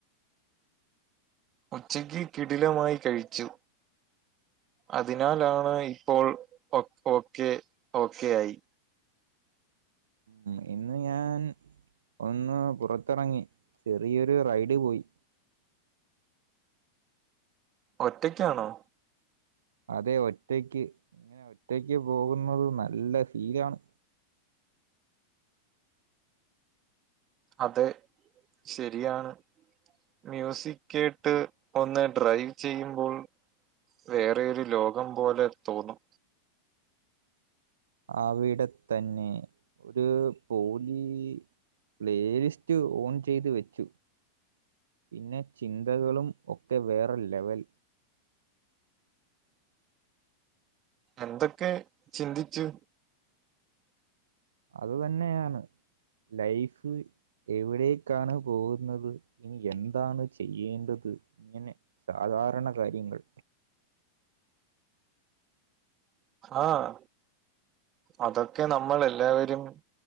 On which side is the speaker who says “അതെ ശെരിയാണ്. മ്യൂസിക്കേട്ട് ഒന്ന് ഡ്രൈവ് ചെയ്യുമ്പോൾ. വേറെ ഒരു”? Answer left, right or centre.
Right